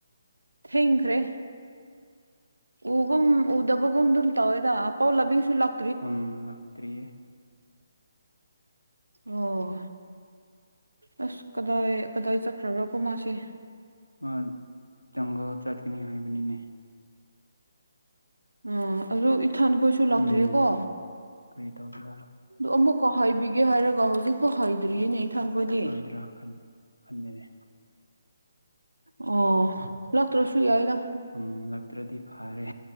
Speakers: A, on the right; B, on the left.
A: ꯊꯦꯡꯈ꯭ꯔꯦ ꯎꯒꯨꯝ ꯎꯗꯕꯒꯨꯝ ꯑꯗꯨꯝ ꯇꯧꯋꯦꯗ ꯑꯄꯥꯎ ꯂꯕꯤꯡꯁꯨ ꯂꯥꯛ
B: ꯎꯝ ꯂꯥꯛꯇ꯭ꯔꯤ
A: ꯑꯣ ꯑꯁ ꯀꯗꯥꯏ ꯀꯗꯥꯏ ꯆꯠꯈ꯭ꯔꯕꯔ ꯈ‌ꯣꯏ ꯃꯥꯁꯤ
B: ꯃꯥ ꯖꯪꯒꯜ ꯆꯠꯀꯅꯤ ꯍꯥꯏꯕꯅꯤꯅꯦ
A: ꯑꯥ ꯑꯕ‌ꯣꯛ ꯏꯊꯟꯈꯣꯏꯁꯨ ꯂꯥꯛꯇ꯭ꯔꯤꯌꯦꯀꯣ
B: ꯎꯝ ꯀꯔꯤ ꯇꯧꯕ꯭ꯔꯥ
A: ꯑꯗꯨ ꯑꯃꯨꯛꯀ ꯍꯥꯏꯕꯤꯒꯦ ꯍꯥꯏꯔꯒ ꯍꯧꯖꯤꯛꯐꯥꯎ ꯍꯗ꯭ꯔꯤꯌꯦꯅꯦ ꯏꯊꯟ ꯈꯣꯏꯗꯤ
B: ꯔꯥ ꯈꯟ ꯈꯟꯒꯅꯤ
A: ꯑꯣ ꯂꯥꯛꯇ꯭ꯔꯁꯨ ꯌꯥꯎꯗ
B: ꯎꯝ ꯂꯥꯛꯇ꯭ꯔꯗꯤ ꯐꯔꯦ